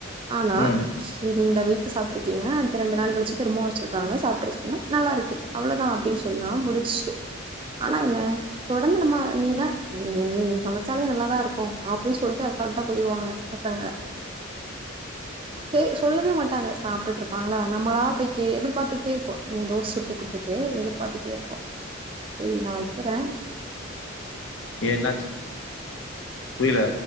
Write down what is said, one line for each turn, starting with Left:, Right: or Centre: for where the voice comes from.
Right: ஆனா
Left: ம்
Right: இந்த வீக்கு சாப்பிட்ருக்கீங்க அடுத்த ரெண்டு நாள் கழிச்சு திரும்ப வச்சிருக்காங்க சாப்பிட்ருக்கீங்க நல்லா இருக்கு அவ்ளதா அப்டின் சொன்னா முடிஞ்சு ஆனா என்ன தொடர்ந்து நம்ம நீதான் நீ நீ நீசமைச்சாலே நல்லாதா இருக்கு அப்டின் சொல்ட்டு அசால்ட்டா போயிருவாங்க பசங்க ஏ சொல்லவே மாட்டாங்க சாப்டுட்டு இருப்பாங்ளா நம்மளா போய் கே எதிர்பாத்துட்டே இருப்போ ம் தோச சுட்டு குடுத்துட்டு எதிர்பாத்துட்டே இருப்போ சேரி நா வக்கிற
Left: ஏ என்னாச்சு புரில